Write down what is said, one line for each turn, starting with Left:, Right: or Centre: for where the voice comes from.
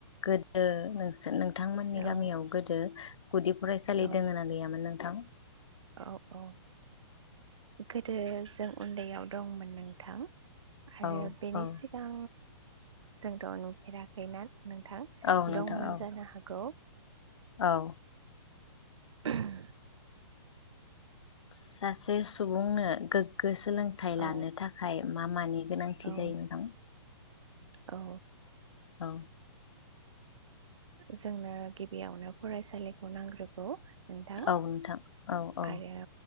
Left: गोदो नोंस नोंथांमोननि
Right: औ
Left: गामियाव गोदो गुदि फरायसालि
Right: औ
Left: दङ ना गैयामोन नोंथां
Right: औ औ गोदो जों उन्दैयाव दंमोन नोंथां आरो
Left: औ
Right: बेनि
Left: औ
Right: सिगां जोंथ' नुफेराखै नोंथां
Left: औ नोंथां
Right: दंमोन
Left: औ
Right: जानो हागौ
Left: औ
Right: <unintelligible>
Left: सासे सुबुंनो गो सोलोंथाइ
Right: औ
Left: लानो थाखाय मा मानि गोनांथि
Right: औ
Left: जायो नोंथां
Right: औ
Left: औ
Right: जोंनो गिबियावनो फरायसालिखौ नांग्रोगौ नोंथां
Left: औ नोंथां औ औ
Right: आरो